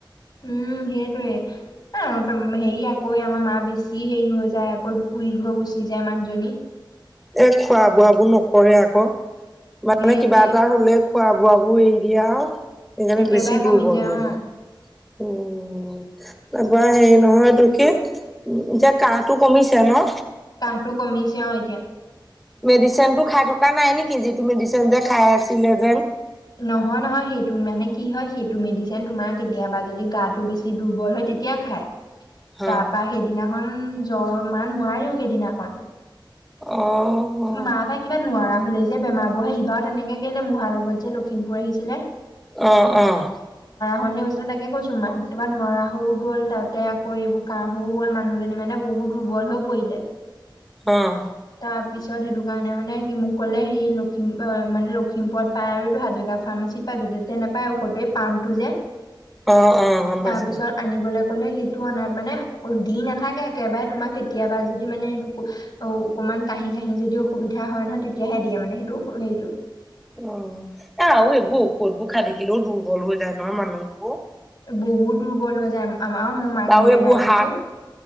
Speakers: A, on the left; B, in the centre.
A: উম সেইটোৱে হেৰি আকৌ আমাৰ মা বেছ- বেছি হেৰি হৈ যায় আকৌ উৰিঘ হৈ গুচি যায় মানুহজনী।
B: এ খোৱা বোৱাবোৰ নকৰে আকৌ মানে
A: সেইটোৱে
B: কিবা এটা হলে খোৱা বোৱাবোৰ এই দিয়াও সেইকাৰণে
A: একেবাৰে
B: বেছি
A: কমি
B: দুৰ্বল হৈ
A: অ
B: যায়। উম তা পা হেৰি নহয় এইটো কি এতিয়া কাহটো কমিছে ন?
A: কাহটো কমিছে অ এতিয়া।
B: মেডিচিন টো খাই থকা নাই নেকি যিটো মেডিচিন যে খাই আছিলে যেন
A: নহয় নহয় সেইটো মানে কি হয় সেইটো মেডিচিন তোমাৰ কেতিয়াবা যদি গাত বেছি দুৰ্বল হয় তেতিয়া খাই
B: হয়,
A: তাৰ পৰা সেইদিনা এখন জ্বৰ মা নোৱাৰেও সেইদিনাখন
B: অ', অ',
A: মা তাই কিবা নোৱাৰা। বোলে যে বেমাৰ বহে ইবাৰ তেনেকে কেলে মহাৰ লগত যে লখিমপুৰ আহিছিলে।
B: আহ আহ
A: সনে হৈছিলে তাকে কৈছো মা একোবা নোৱাৰা হৈ গ'ল তাতে আকৌ এইবোৰ কাহও হ'ল মানুহজনী মানে বহুত। দুৰ্বল হৈ পৰিলে।
B: অহ
A: তাৰ পিছত সেইটো কাৰণে মানে সি মোক ক'লে সেই লখিম মানে লখিমপুৰত পাই আৰু এইটো হাজৰিকা ফাৰ্মাছিত পায় যতে তাতে নাপায় ঔষতে পামটো যে
B: অ', অ', গম পাইছোঁ।
A: তাৰপিছত আনিবলে কলে সেইটো অনাত মানে দি নাথাকে একেবাৰে তোমাক কেতিয়াবা যদি মানে এইটো ঔ অকণমান কাঁহি কাঁহি যদি অসুবিধা হয় নহয় তেতিয়াহে দিয়ে মানে সেইটো হেৰিটো
B: অ এ আৰু এইবোৰ ঔষধ বোৰ খাই থাকিলেও দুৰ্বল হৈ যায় নহয় মানুহবোৰ।
A: বহুত দুৰ্বল হৈ যায় অ মই মাক
B: আৰু
A: মানে
B: এইবোৰ
A: এটাই কৈছো
B: হাৰ্ট